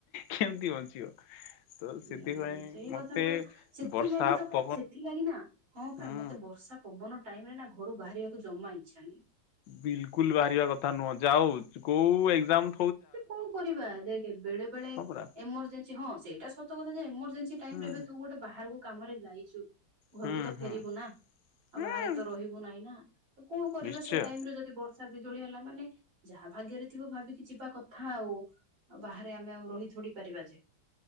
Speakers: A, on the left; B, on the right.
A: କେମିତି ବଞ୍ଚିବ? ତ ସେଥିପାଇଁ
B: ଉୁଁ ସେଇ
A: ମତେ
B: କଥା ପରା ସେଥିଲାଗି
A: ବର୍ଷା
B: ତ
A: ପବନ
B: ସେଥିଲାଗି ନା ହଁ
A: ହୁଁ
B: ପରା ମତେ ବର୍ଷା ପବନ ଟାଇମରେ ନା ଘରୁ ବାହାରିବାକୁ ଜମା ଇଚ୍ଛା ନାହିଁ।
A: ବିଲକୁଲ୍ ବାହାରିବା କଥା ନୁହଁ। ଯାଉ କୋଉ ଏକଜାମ୍
B: ସେ କଣ କରିବା ଦେଖ୍ ବେଳେ ବେଳେ
A: ହଁ ପରା
B: ଏମରଜେ ହଁ ସେଇଟା ସତ କଥା ଯେ ଏମରଜେନ୍ସି ଟାଇମରେ
A: ହୁଁ
B: ଏବେ ତୁ ଗୋଟେ ବାହାରକୁ କାମରେ ଯାଇଛୁ। ଘରକୁ
A: ହୁଁ
B: ତ ଫେରିବୁ
A: ହୁଁ
B: ନା ଆଉ
A: ହୁଁ
B: ବାହାରେ ତ ରହିବୁ ନାହିଁ ନା କଣ କରିବା
A: ନିଶ୍ଚୟ
B: ସେ ଟାଇମରେ ଯଦି ବ ସା ବିଜୁଳି ହେଲା ମାନେ ଯାହା ଭାଗ୍ୟରେ ଥିବ ଭାବିକି ଯି ବା କଥା ଆଉ ବାହାରେ ଆମେ ଆଉ ରହି ଥୋଡିପାରିବା କି?